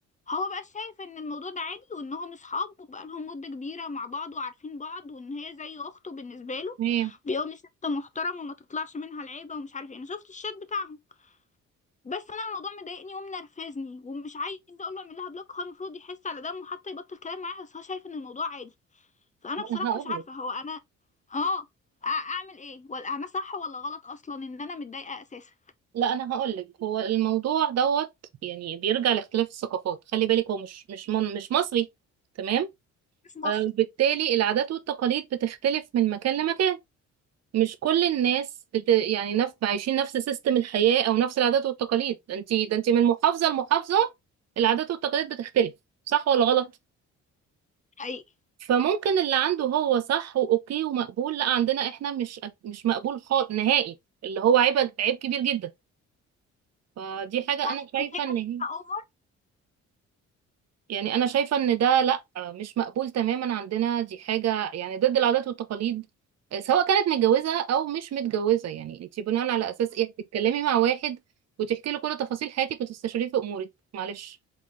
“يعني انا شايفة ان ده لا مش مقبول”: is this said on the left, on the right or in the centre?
Right